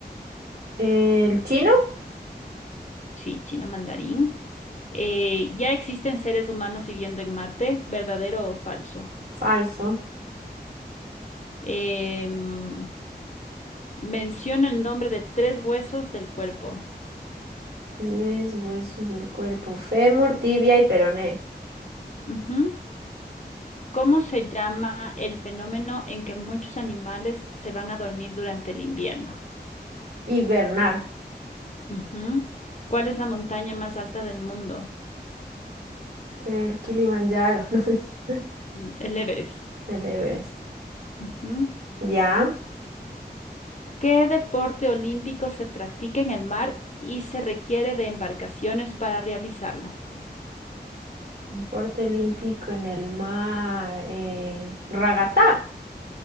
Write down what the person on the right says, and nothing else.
¿El chino?
Falso.
Tres huesos del cuerpo. Fémur, tibia y peroné.
Hibernar.
El Kilimanjaro. <laughs> ¿no?
El Everest.
Ya.
Deporte olímpico en el mar. Eh, ragatá.